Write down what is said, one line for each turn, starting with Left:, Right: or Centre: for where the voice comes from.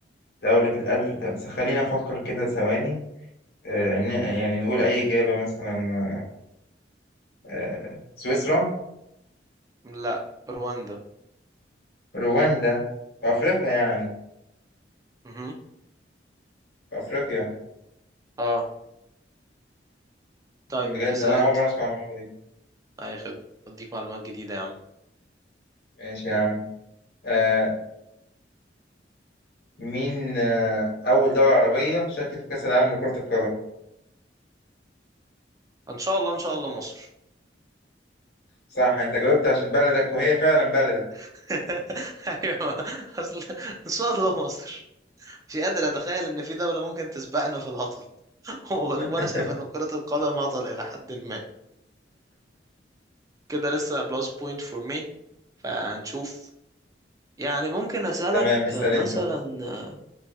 Left: دولة الألف تل س- خليني أفكر كده ثواني آه، ن- يعني نقول أي إجابة مثلا آه، سويسرا
Right: لا رواندا
Left: رواندا في أفريقيا يعني
Right: مهم.
Left: في أفريقيا
Right: اه
Left: بجد
Right: طيب اسأل
Left: أنا
Right: انت
Left: أول مرة أسمع المعلومة دي
Right: اي خدمة اديك معلومات جديدة يا عم
Left: ماشي يا عم آه، مين آه، أول دولة عربية شاركت في كأس العالم لكرة القدم؟
Right: ان شاء الله ان شاء الله مصر
Left: صح أنت جاوبت عشان بلدك وهي فعلا بلدك
Right: <laughs> ايوه اصل ان شاء الله مصر مش قادر اتخيل ان في دولة ممكن تسبقنا في الهطل <laughs>
Left: <laughs>
Right: وانا شايف ان كرة القدم هطل الى حد ما كده لسه بلس بوينت فور مي فهنشوف يعني ممكن اسألك
Left: تمام اسأل
Right: آه، مثلا
Left: أنت
Right: آه،